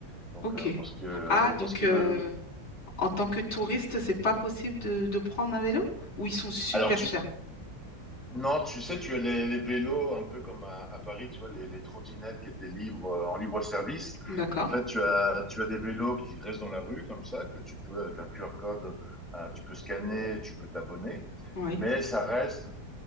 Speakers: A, in the centre; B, on the left.
A: Donc
B: Ok.
A: euh, parce que
B: Ah, donc
A: parce qu'il
B: euh,
A: veut.
B: en tant que touriste, c'est pas possible de, de prendre un vélo? Ou ils sont super
A: Alors tu
B: chers?
A: non, tu sais, tu as les, les vélos un peu comme à, à Paris, tu vois les, les trottinettes qui étaient libres euh, en libre service.
B: D'accord.
A: En fait, tu as tu as des vélos qui restent dans la rue comme ça que tu peux avec un QR code, euh, tu peux scanner, tu peux t'abonner.
B: Oui.
A: Mais ça reste,